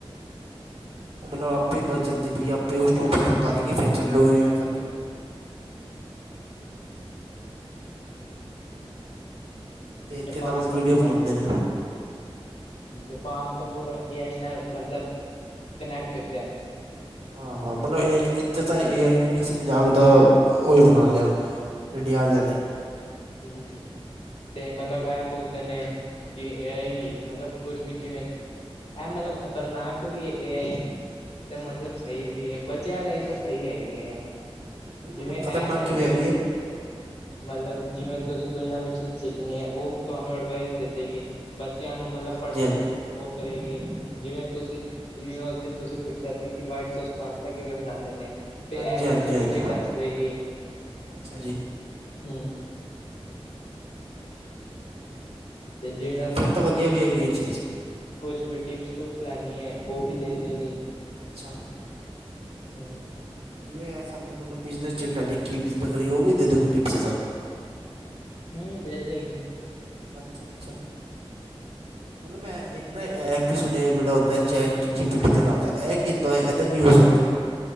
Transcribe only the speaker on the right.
ਓ ਮਤਲਬ ਆਪੇ ਈ ਬੱਸ ਚਲਦੀ ਪਈ ਐ ਆਪੇ ਹੀ ਔ ਸਟੋਪਸ
ਤਾਰੇਗੀ ਫੇਰ ਚੱਲੂਗੀ ਐ ਕਰਕੇ। ਤੇ ਏਥੇ
ਤਾਂ ਬਸ ਵੀਡੀਓ
ਬਣਾਂਦੇ ਨੇ।
ਹਾਂ ਹਾਂ ਮਤਲਬ ਏਹ ਇੱਥੇ ਤਾਂ ਏ ਆਈ ਨੂੰ ਵੀ ਅਸੀ ਮਜ਼ਾਕ ਦਾ ਓ ਈ ਬਣਾ ਲਿਆ ਇੰਡੀਆ ਵਾਲਿਆਂ ਨੇ।
ਨਹੀਂ
ਮਤਲਬ
ਖ਼ਤਰਨਾਕ
ਕਿਵੇਂ ਹੈਗੀ ਹੈ।
ਹਾਂਜੀ
ਹਾਂਜੀ
ਹਾਂਜੀ
ਹਾਂਜੀ ਹਾਂਜੀ
ਅੱਛਾ ਜੀ
ਨਹੀਂ ਹਾਂ ਫਿਰ
ਤਾਂ ਵਧੀਆ
ਵੀ ਹੈਗੀ ਇਹ ਚੀਜ਼
ਅੱਛਾ।
ਜਿਵੇਂ ਇਹ ਸਾਨੂੰ ਮਤਲਬ ਬਿਜਨਸ ਟਿਪਸ ਲਣੀ ਕਿ ਬਿਜ਼ਨਸ ਕਰੀਏ ਉਹ ਵੀ ਦੇ ਦੂਗੀ ਟਿਪਸ ਹੈ ਸਾਨੂੰ
ਅੱਛਾ ਅੱਛਾ। ਮਤਲਬ ਮੈਂ ਏਕ ਨਾ ਐਪ ਵੀ ਸੁਣਿਆ ਜਿਹੜਾੁ ਹੁੰਦਾ ਚੈਟ ਜੀ ਪੀਟੀ ਦੇ ਨਾਂ ਦਾ ਐ ਕੀ ਹੁੰਦਾ? ਇਹਦਾ ਕੀ ਯੂਜ ਹੁੰਦਾ ਐ।